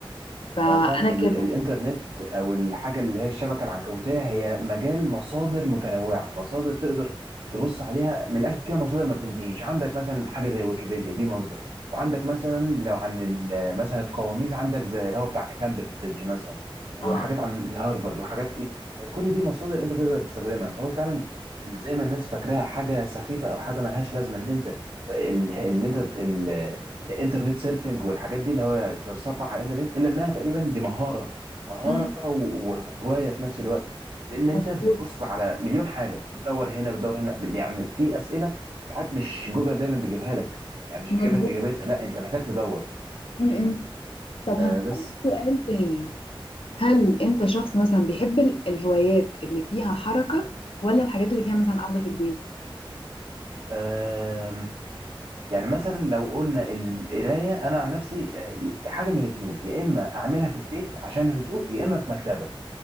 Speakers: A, on the left; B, on the right.
A: فأنا
B: هو فعلا ال
A: كده
B: الانترنت او الحاجه اللي هي الشبكه العنكبوتيه هي مجال مصادر متنوعه مصادر تقدر تبص عليها من الاخر كده مصادر ما بتنتهيش عندك مثلا حاجه زي ويكيبيديا دي مصدر وعندك مثلا لو عن ال- مثلا القواميس عندك زي اللي هو بتاع كامبريدج مثلا وحاجات
A: اه
B: عن الهارفرد وحاجات ايه كل دي مصادر انت تقدر تستخدمها فهو فعلا ال- زي ما الناس فاكراها حاجه سخيفه او حاجه ملهاش لازمه ان انت ال- اللي انت ال- الانترنت سيرفنج والحاجات دي اللي هو تتصفح على الانترنت الا انها تقريبا دي مهاره مهاره
A: أمم،
B: و- وهوايه في نفس الوقت لان انت
A: مظبوط
B: بتبص على مليون حاجه بتدور هنا بتدور هنا بت- يعني في اسئله ساعات مش جوجل دايما بيجيبها لك يعني مش
A: مظبوط
B: بيجيب لك اجابتها لا انت محتاج تدور
A: أمم. طب
B: آه
A: هسألك
B: بس
A: سؤال تاني هل
B: مم.
A: أنت شخص مثلا بيحب ال- الهوايات اللي فيها حركة ولا الحاجات اللي فيها
B: مم.
A: مثلا قاعدة في البيت؟
B: آم، يعني مثلا لو قلنا القرايه انا عن نفسي آه، حاجه من اتنين يا اما اعملها في البيت عشان هدوء يا اما في مكتبه